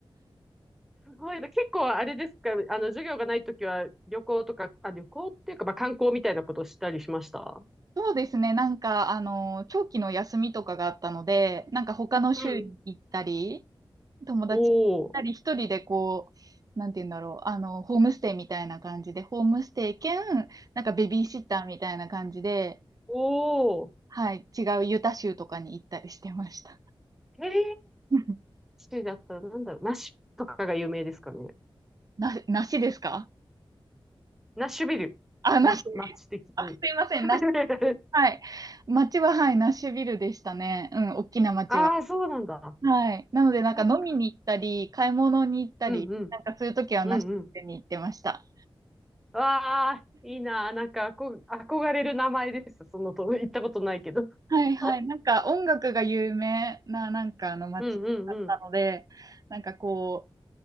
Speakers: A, in the centre; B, on the right (about 40°).
A: すごいな。結構あれですか、あの、授業がないときは旅行とか、あ、旅行っていうか、まあ観光みたいなことをしたりしました
B: そうですね。なんか、あの、長期の休みとかがあったので、なんか他の州に行ったり、
A: うん。
B: 友達と行ったり、
A: おお、
B: 一人でこう、なんて言うんだろう、あの、ホームステイみたいな感じで、ホームステイ兼、なんかベビーシッターみたいな感じで、
A: おお、
B: はい、違うユタ州とかに行ったりしてました。
A: へえ、
B: <laughs>
A: シティだったらなんだろう、ナッシュとかが有名ですかね。
B: な、梨ですか
A: ナッシュビル。
B: あ、梨。
A: ま、街的に。
B: あ、すいません、
A: <laughs>
B: 梨。はい。町は、はい、ナッシュビルでしたね。うん、大きな町は。
A: ああ、そうなんだ。
B: はい。なので、なんか飲みに行ったり、
A: なんか、
B: 買い物に行ったり、
A: うんうん、
B: なんかそういう時はなしに行ってました。
A: うんうん。わあ、いいな。なんか、あこ、憧れる名前です。そのと、行ったことないけど。
B: はいはい。
A: <laughs>
B: なんか音楽が有名な、なんかあの街だったので、
A: うんうんうん。
B: なんかこ